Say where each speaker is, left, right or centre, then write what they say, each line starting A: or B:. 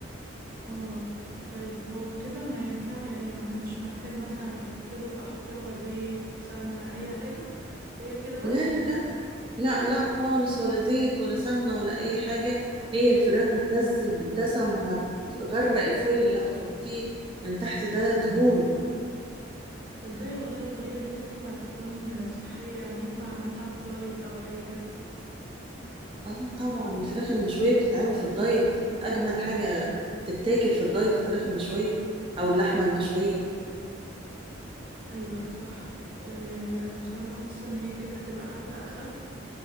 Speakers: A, on the right; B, on the right.
A: اه طيب هو كده ما ينفع يعني ما مش محتاج مثلا احط له احط لها زيت سمنة اي حاجة هي كده
B: لا
A: بس
B: لا لا لا لا خالص ولا زيت ولا سمنه ولا اي حاجه هي الفراخ بتنزل بالدسم وهتغرق الفويل اللي هتحطيه من تحت ده دهون
A: تصدقي والله الطريقة دي تنفع تكون صحية يعني ينفع اعملها في دايت او حاجة
B: اه طبعا الفراخ المشوية بتتعمل في الدايت أجمل حاجة تتاكل في الدايت الفراخ المشوية أو اللحمة المشوية
A: ايوه صح إيه انا بصراحة حاسة ان هي كده هتبقى حتى اخف